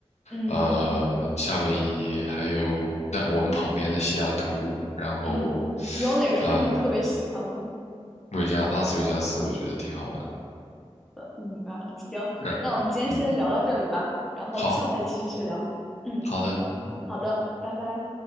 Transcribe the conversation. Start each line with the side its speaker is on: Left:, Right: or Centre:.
Centre: 嗯
Left: 呃，夏威夷，还有但我们旁边的西雅图，然后，
Centre: 嗯，你有哪个城市你特别喜欢吗？
Left: 呃，维加拉斯维加斯，我觉得挺好玩的。
Centre: 明白了，行，
Left: 然，
Centre: 那我们今天先聊到这里吧，
Left: 嗯，
Centre: 然后我们下次再继续去聊。
Left: 好
Centre: 嗯，
Left: 好的，嗯。
Centre: 好的，拜拜。